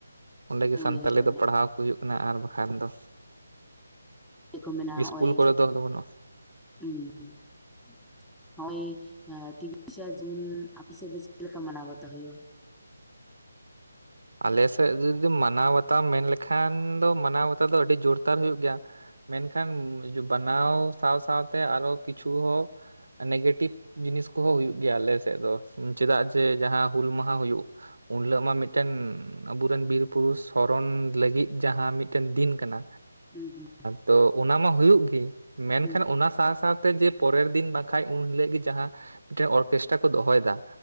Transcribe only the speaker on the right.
ᱚᱸᱰᱮᱜᱮ
ᱥᱟᱱᱛᱟᱞᱤ
ᱫᱚ ᱯᱟᱲᱦᱟᱣ ᱦᱩᱭᱩᱜ ᱠᱟᱱᱟ ᱟᱨ ᱵᱟᱠᱷᱟᱱ ᱫᱚ
ᱤᱥᱠᱩᱞ ᱠᱚᱨᱮ ᱫᱚ ᱵᱟᱹᱱᱩᱜᱼᱟ᱾
ᱟᱞᱮ ᱥᱮᱫ ᱡᱩᱫᱤ ᱢᱟᱱᱟᱣ ᱵᱟᱛᱟᱣ ᱢᱮᱱ ᱞᱮᱠᱷᱟᱱ ᱫᱚ ᱢᱟᱱᱟᱣ ᱵᱟᱛᱟᱣ ᱫᱚ ᱟᱹᱰᱤ ᱡᱩᱨ ᱛᱟᱨ ᱦᱩᱭᱩᱜ ᱜᱮᱭᱟ ᱢᱮᱱᱠᱷᱟᱱ ᱵᱟᱱᱟᱣ ᱥᱟᱶ ᱥᱟᱶᱛᱮ ᱟᱨᱚ ᱠᱤᱪᱷᱩ ᱦᱚ ᱱᱮᱜᱮᱴᱤᱵᱷ ᱡᱤᱱᱤᱥ ᱠᱚᱦᱚᱸ ᱦᱩᱭᱩᱜ ᱜᱮᱭᱟ ᱟᱞᱮ ᱥᱮᱫ ᱫᱚ ᱪᱮᱫᱟᱜ ᱡᱮ ᱡᱟᱦᱟᱸ ᱦᱩᱞ ᱢᱟᱦᱟ ᱦᱩᱭᱩᱜ ᱩᱱ ᱦᱤᱞᱳᱜ ᱢᱟ ᱢᱤᱫ ᱢᱤᱫᱴᱮᱱ ᱟᱵᱩᱨᱮᱱ ᱵᱤᱨ ᱵᱩᱨᱩ ᱥᱚᱨᱚᱱ ᱞᱟᱹᱜᱤᱫ ᱡᱟᱦᱟᱸ ᱢᱤᱫᱴᱮᱱ ᱫᱤᱱ ᱠᱟᱱᱟ
ᱛᱚ ᱚᱱᱟ ᱢᱟ ᱦᱩᱭᱩᱜ ᱜᱮ ᱢᱮᱱᱠᱷᱟᱱ
ᱚᱱᱟ ᱥᱟᱶᱼ ᱥᱟᱶᱛᱮ ᱡᱮ ᱯᱚᱨᱮᱨ ᱫᱤᱱ ᱵᱟᱠᱷᱟ ᱩᱱ ᱦᱤᱞᱳᱜ ᱜᱮ ᱡᱟᱦᱟᱸ ᱢᱤᱫᱴᱮᱱ ᱚᱨᱠᱮᱥᱴᱨᱟ ᱠᱚ ᱫᱚᱦᱚᱭᱮᱫᱟ